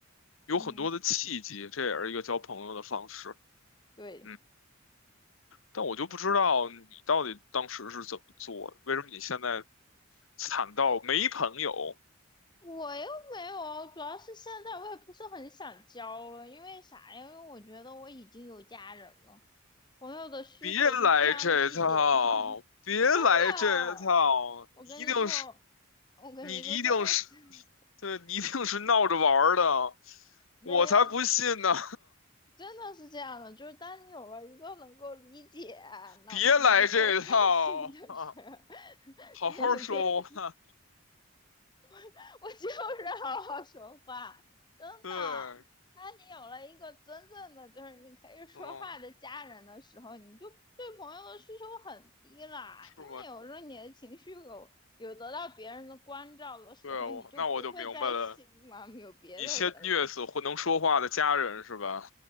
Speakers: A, on the left; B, on the left.
A: 有很多的契机，
B: 嗯哼，
A: 这也是一个交朋友的方式。
B: 对，
A: 嗯。但我就不知道你到底当时是怎么做的，为什么你现在惨到没朋友？
B: 我又没有，主要是现在我也不是很想交了，因为啥呀？因为我觉得我已经有家人了，朋友的需求就降低到，
A: 别来这套，
B: <laughs>
A: 别来这套，
B: 真的，我跟你说，
A: 你一定是，
B: 我跟你说，
A: 你一定是，
B: 真的是
A: 对，你一定是闹着玩儿的，
B: <laughs> 没有，
A: 我才不信呢！
B: 真的是这样的，就是当你有了一个能够理解
A: <laughs>
B: 难难过、
A: 别来这套啊，
B: 伤心的事儿，<laughs>
A: <laughs> 好好说话。
B: 可以可以，<laughs> 我就是好好说话，真的。
A: 对，
B: 当你有了一个真正的就是你可以说话的家人的时候，
A: 嗯，
B: 你就对朋友的需求很低啦，
A: 是吗？
B: 因为有时候你的情绪有有得到别人的关照的时候，
A: 对，我那我就明白了，
B: 你就不会再希望 <laughs> 有别的人了。
A: 你先虐死会能说话的家人是吧？